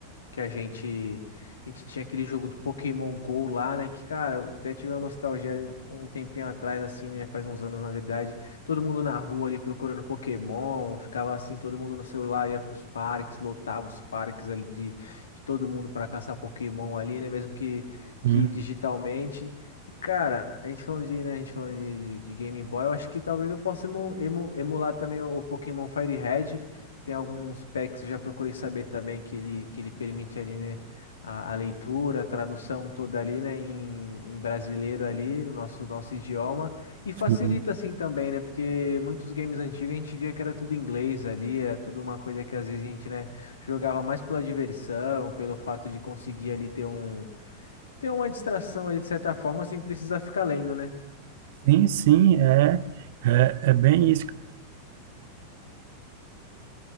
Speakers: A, on the left; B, on the right.
A: que a gente, a gente tinha aquele jogo do Pokémon Go lá, né? Que, cara, eu até tive uma nostalgia um tempinho atrás, assim, né? Faz uns anos, na verdade. Todo mundo na rua ali procurando Pokémon, ficava assim, todo mundo no celular, ia pros parques, lotava os parques ali de, de todo mundo para caçar Pokémon ali, né? Mesmo que,
B: Hum,
A: que digitalmente. E, cara, a gente falando de, né, a gente falando de, de Game Boy, eu acho que talvez eu possa emu, emu- emular também o Pokémon Fire Red. Tem alguns packs, que eu já procurei saber também que ele, que ele permite ali, né, a, a leitura, a tradução toda ali, né, em, em brasileiro ali, no nosso, nosso idioma. E facilita
B: sim.
A: assim também, né, porque muitos games antigos a gente via que era tudo em inglês ali, era tudo uma coisa que às vezes a gente, né, jogava mais pela diversão, pelo fato de conseguir ali ter um, ter uma distração ali de certa forma, sem precisar ficar lendo, né?
B: Sim, sim, é, é, é bem